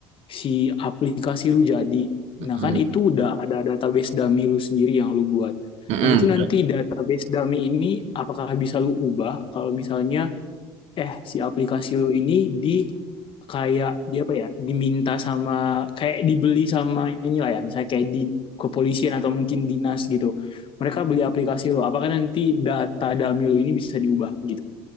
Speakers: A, on the left; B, on the right.
A: si aplikasi lu jadi,
B: mm,
A: nah kan itu udah ada database dummy lu sendiri yang lu buat.
B: mm, mm.
A: Nah itu nanti database dummy ini apakah bisa lu ubah kalau misalnya eh si aplikasi lu ini di kayak di apa ya, diminta sama kayak dibeli sama inilah ya, misalnya kayak di kepolisian atau mungkin dinas gitu. Mereka beli aplikasi lu, apakah nanti data dummy lu ini bisa diubah gitu?